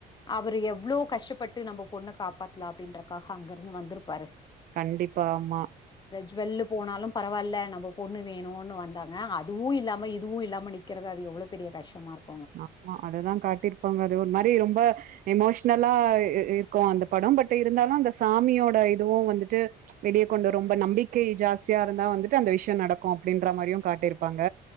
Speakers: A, on the left; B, on the right.
A: அவரு எவ்ளோ கஷ்டப்பட்டு நம்ம பொண்ண காப்பாத்தலா அப்டின்றக்காக அங்கருந்து வந்துருப்பாரு
B: கண்டிப்பா ஆமா
A: ஜ்வெல்லு போனாலு பரவால்ல நம்ம பொண்ணு வேணுனு வந்தாங்க அதுவு இல்லாம இதுவு இல்லாம நிக்கறது அது எவ்ளோ பெரிய கஷ்டமா இருக்கு
B: ஆமா அதுதா காட்டிருப்பாங்க அது ஒரு மாரி ரொம்ப எமோஷனலா இ இருக்கு அந்த படம் பட் இருந்தாலு அந்த சாமியோ ட இதுவு வந்துட்டு வெளிய கொண்டு ரொம்ப நம்பிக்கை ஜாஸ்தியா இருந்தா வந்துட்டு அந்த விஷ்ய நடக்கு அப்டின்ற மாரியு காட்டிருப்பாங்க